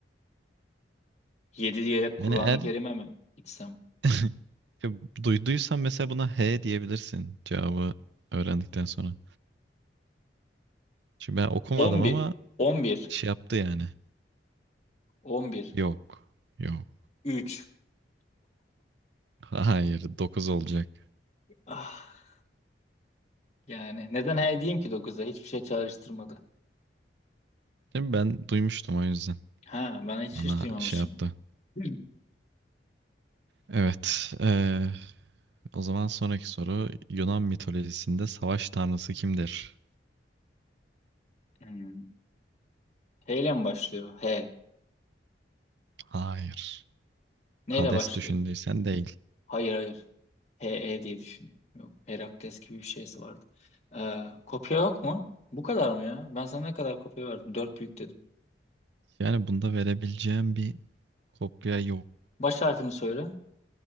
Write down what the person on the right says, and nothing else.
Yani
eğer
<laughs> duyduysan mesela buna H diyebilirsin cevabı öğrendikten sonra. çünkü ben okumadım
ama
şey yaptı yani.
Yok. Yok.
<laughs> Hayır. 9 olacak.
Şimdi ben duymuştum o yüzden.
Bana
şey yaptı.
Evet. eee, o zaman sonraki soru. Yunan mitolojisinde savaş tanrısı kimdir?
Hayır.
Hades
düşündüysen değil.
Yani bunda verebileceğim bir kopya yok.